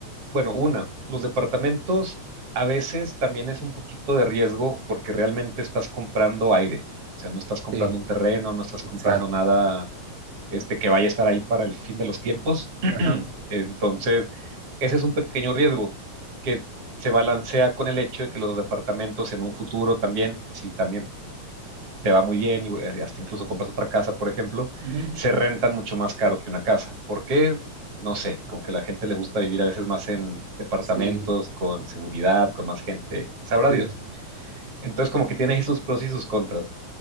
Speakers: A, on the right; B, on the right.
A: Bueno, una, los departamentos a veces también es un poquito de riesgo porque realmente estás comprando aire. O sea, no estás comprando
B: Sí,
A: un terreno, no estás
B: exacto.
A: comprando nada este, que vaya a estar ahí para el fin de los tiempos. <clears throat>
B: Ajá.
A: Entonces, ese es un pequeño riesgo que se balancea con el hecho de que los departamentos en un futuro también, si también te va muy bien y eh, hasta incluso compras otra casa, por ejemplo,
B: Ujú.
A: se rentan mucho más caro que una casa. ¿Por qué? No sé, como que la gente le gusta vivir a veces más en departamentos,
B: Sí,
A: con seguridad, con más gente, sabrá
B: sí.
A: Dios. Entonces, como que tiene ahí sus pros y sus contras.